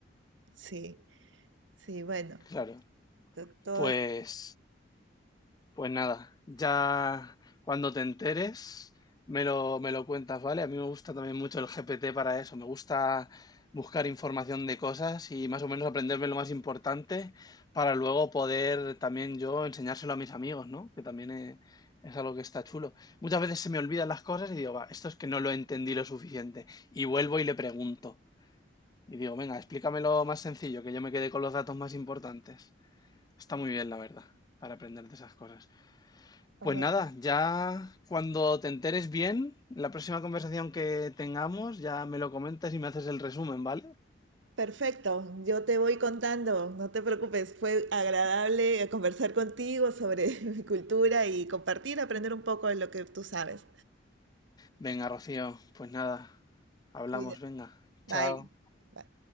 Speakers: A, on the right (about 80°); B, on the left (about 20°).
A: Sí, sí, bueno
B: claro.
A: to- todo
B: Pues... Pues nada, ya cuando te enteres me lo, me lo cuentas, ¿vale? A mí me gusta también mucho el GPT para eso, me gusta buscar información de cosas y más o menos aprenderme lo más importante para luego poder también yo enseñárselo a mis amigos, ¿no? Que también eh, es, algo que está chulo. Muchas veces se me olvidan las cosas y digo, va, esto es que no lo entendí lo suficiente. Y vuelvo y le pregunto. Y digo, venga, explícamelo más sencillo, que yo me quede con los datos más importantes. Está muy bien, la verdad, para aprender de esas cosas.
A: Bueno,
B: Pues nada, ya cuando te enteres bien, la próxima conversación que tengamos, ya me lo comentas y me haces el resumen, ¿vale?
A: Perfecto, yo te voy contando, no te preocupes, fue agradable conversar contigo sobre <laughs> mi cultura y compartir, aprender un poco de lo que tú sabes.
B: Venga, Rocío, pues nada, hablamos,
A: Cuida.
B: venga,
A: Bye.
B: chao.
A: Bye.